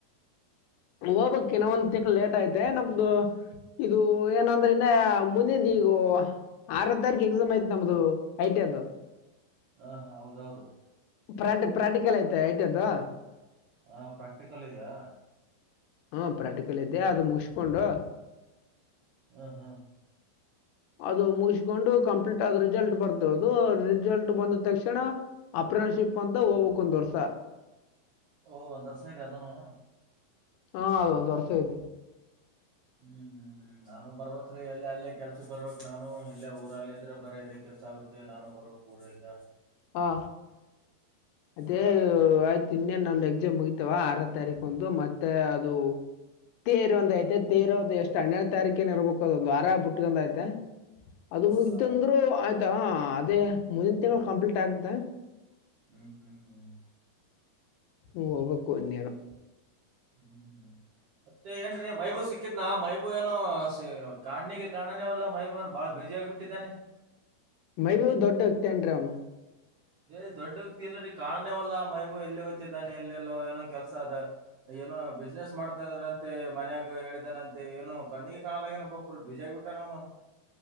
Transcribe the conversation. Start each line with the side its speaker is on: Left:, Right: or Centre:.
Left: ಹೋಗಬೇಕು ನಾವ ಒಂದು ತಿಂಗಳು ಲೇಟ್ ಆಯ್ತೆ ನಮ್ದು ಇದು ಏನಂದ್ರೆ ಇನ್ನ ಮುನಿಂದ ಈಗ ಆರೋ ತರಿಕು ಎಕ್ಸಾಮ್ ಐತೆ ನಮ್ದು ಐಟಿದು
Right: ಹಾ ಹಾ ಹೌದೌದು
Left: ಪ್ರಾಟ್ ಪ್ರಾಕ್ಟಿಕಲ್ ಐತೆ ಐಟಿ ಅದು
Right: ಹಾ ಪ್ರಾಕ್ಟಿಕಲ್ ಇದೆಯಾ
Left: ಹಾ ಪ್ರಾಕ್ಟಿಕಲ್ ಇದ್ದೆ ಅದು ಮುಗಿಸಕೊಂಡು
Right: ಹ್ಮ ಹ್ಮ
Left: ಅದು ಮುಗಿಸಿಕೊಂಡು ಕಂಪ್ಲೀಟ್ ಆದದ ರಿಸಲ್ಟ್ ಬರ್ತ ಅದು ರಿಸಲ್ಟ್ ಬಂದ ತಕ್ಷಣ ಅ ಇಂಟರ್ನ್ಶಿಪ್ ಪ್ ಅಂತ ಹೋಗ್ಕ್ ಒಂದ್ ವರ್ಷ
Right: ಹೊ ಒಂದ್ ವರ್ಷ ಇದೇನಾ ಅದುನ್ನು
Left: ಹಾ ಅದು ಒಂದು ವರ್ಷ ಇದೆ
Right: ಹ್ಮ್ ಹ್ಮ್ ಹ್ಮ್ ನಾನು ಬರ್ಬೇಕಕ್ ರೀ ಅಲ್ಲೇ ಅಲ್ಲೇ ಕೆಲ್ಸ ಬರ್ಬೇಕಕ್ ನಾನು ಇಲ್ಲ ಊರಲ್ಲ ಇದ್ರೆ ಬರ ಇದಕ್ಕೆ ಕೆಲ್ಸ ಆಗುತ್ತೆ ನಾನು ಬ ಬರ್ಬೆಕ್ ಉರಿಗ
Left: ಹಾ ಅದೇ
Right: ಹ್ಮ್
Left: ಆಯ್ತು ಇನ್ನೆ ನಾ ಎಕ್ಸಾಮ್ ಮುಗಿತವ ಆರ ತಾರೀಕು ಒಂದು ಮತ್ ಮತ್ತೆ ಅದು ತೇರ ಒಂದ ಐತೆ ತೇರು ಅದು ಎಷ್ಟು ಹನ್ನೆರಡು ತಾರೀಕಿನ ಇರ್ಬೇಕು ಅದು ಒಂದು ವಾರ ಬಿುಟ್ಗಂದೈತೆ ಅದು
Right: ಹೌದಾ
Left: ಮುಗಿತ ಅಂದ್ರು ಆಯ್ತಾ ಅದೇ ಮುಂದಿನ ತಿಂಗಳು ಕಂಪ್ಲೀಟ್ ಆಗುತ್ತೆ
Right: ಹ್ಮ್ ಹ್ಮ್ ಹ್ಮ್
Left: ಹ್ಮ್ ಹೋಗ್ಬೇಕು ಇನ್ನೇನು
Right: ಹ್ಮ್ ಹ್ಮ ಮತ್ತೆ ಏನ್ರಿ ಮೈಬೂ ಸಿಕ್ಕಿದ್ನಾ ಮೈಬೂ ಏನು ಕಾಣ್ಣಿಗೆ ಕಾಣನೇವಲ್ಲಾ ಮೈಬೂ ಏ ಬಾಳ ಬ ಬ್ಯುಸಿ ಆಗ್ಬಿಟನೆ
Left: ಮೈಬು ದೊಡ್ಡ ವ್ಯಕ್ತನ್ರೀ ಅವನು
Right: ಹೆ ದೊಡ್ಡೋಗತಿ ಇಲ್ಲರಿ ಕಣೇವಲ್ಲ ಮೈಬೂ ಎಲ್ಲಿ ಓತ್ತಿದ್ದಾನೆ ಎಲ್ಲೆಲ್ಲೋ ಏನೋ ಕೆಲಸ ಅದ ಏನೋ ಬಿಸ್ನೆಸ್ ಮಾಡ್ತಂತೆ ಮನಯಾಗ ಹೇಳಿದನಂತೆ ಏನು ಕಣ್ಣಿಗೆ ಕಾಣಲಾಗಏನಪ್ಪ ಫುಲ್ ಬ್ಯುಸಿ ಆಗ್ಬಿಟ್ಟನ್ ಅವ್ನು <inaudible>